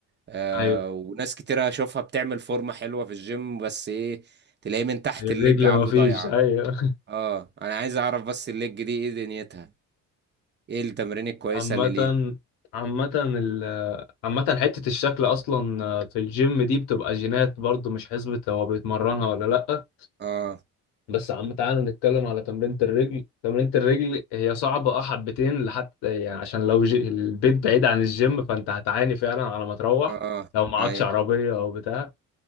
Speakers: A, on the right; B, on the left.
A: آه
B: ايوه
A: وناس كتيرة اشوفها بتعمل فورمة حلوة في الجيم بس ايه تلاقيه من تحت
B: أيوة،
A: الليج
B: الرجل
A: عنده
B: مفيش
A: ضايعة
B: ايوه
A: اه انا عايز اعرف بس الليج دي ايه دنيتها ايه التمرين الكويسة
B: عامة
A: اللي ليها
B: عامة ال عامة حتة الشكل أصلا في الجيم دي بتبقى جينات برضو مش حسبة هو بيتمرنها ولا لأ
A: اه
B: بس عم تعالى نتكلم على تمرينة الرجل تمرينة الرجل هي صعبة اه حبتين لحتى يعني عشان لو ج... البيت بعيد عن الجيم فأنت هتعاني فعلا على ما تروح
A: اه آه،
B: لو معكش
A: ايوه
B: عربية أو بتاع